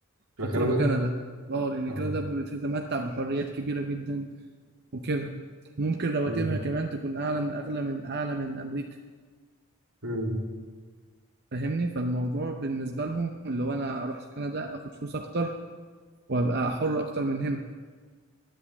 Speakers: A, on the right (about 80°); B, on the right (about 45°).
A: مش
B: فتروح
A: كندا
B: كندا اه لأن
A: اه
B: كندا بتتمتع بحريات كبيرة جدا وكده ممكن رواتبها
A: مم.
B: كمان تكون أعلى من أغلى من أعلى من أمريكا
A: مم.
B: فاهمني فالموضوع بالنسبة لهم اللي هو أنا أروح كندا أخد فلوس أكتر وأبقى حر أكتر من هنا